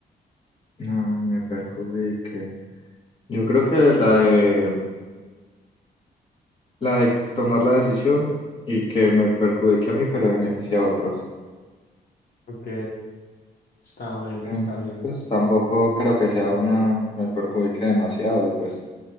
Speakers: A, on the left; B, on the left.
A: ay, me perjudique. Yo creo que la de la de tomar la decisión y que me perjudique a mí, pero beneficie a otros.
B: Ok, está bueno,
A: Eh,
B: está bien.
A: pues tampoco creo que sea una, me perjudique demasiado. Y pues